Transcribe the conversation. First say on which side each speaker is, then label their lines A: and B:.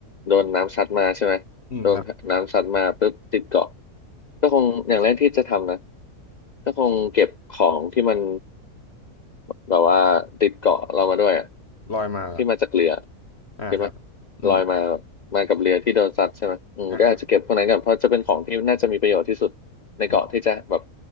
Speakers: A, on the left (about 70°); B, on the left (about 45°).
A: โดนน้ำซัดมาใช่ไหมโดนน้ำซัดมาปุ๊บติดเกาะ
B: อืมครับ
A: ก็คงอย่างแรกที่จะทำนะก็คงเก็บของที่มันแบบว่าติดเกาะเรามาด้วยอะ
B: ลอยมาเหรอ
A: ที่มาจากเรือ
B: อ่าครับอืม
A: เก็บมาลอยมาแบบมากับเรือที่โดนซัดใช่ไหมอืมก็อาจจะเก็บพวกนั้นก่อนเพราะจะเป็นของที่น่าจะมีประโยชน์ที่สุดในเกาะที่จะแบบ
B: อ่าครับอืม